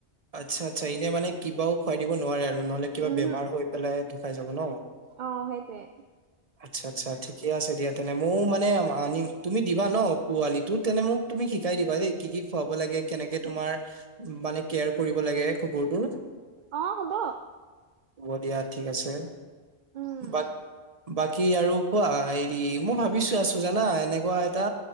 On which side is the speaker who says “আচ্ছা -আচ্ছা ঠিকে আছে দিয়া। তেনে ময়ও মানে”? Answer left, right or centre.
Right